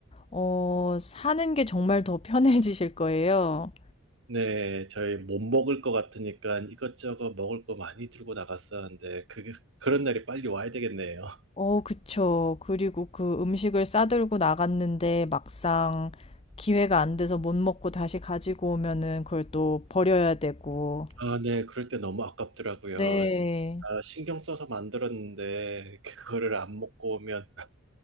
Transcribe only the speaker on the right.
네. 저희 못 먹을 것 같으니까 이것저것 먹을 거 많이 들고 나갔었는데 그게 그런 날이 빨리 와야 되겠네요.
아 네. 그럴 때 너무 아깝더라고요.
아 신경 써서 만들었는데 그거를 안 먹고 오면 <laughs>